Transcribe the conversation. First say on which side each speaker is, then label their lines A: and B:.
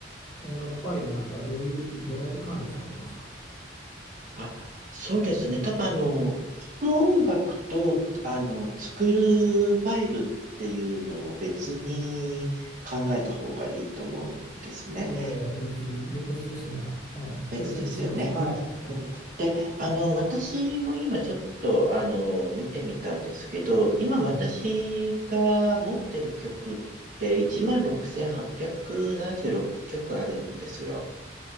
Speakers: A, on the left; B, on the right.
A: 音楽ファイルなんかはどういう、どうやって管理されてますか
B: あ、そうですね。多分あの、聞く音楽と、あの、作るファイルっていうのを別に考えた方がいいと思うんですね。
A: えー別、べ別ですね。うん、
B: 別ですよね。
A: 別にしてます。はい、
B: うん。
A: はい、
B: うん、で、あの、私も今ちょっと、あの、見てみたんですけど、今私が持ってる曲って16,876曲あるんですよ。
A: はい。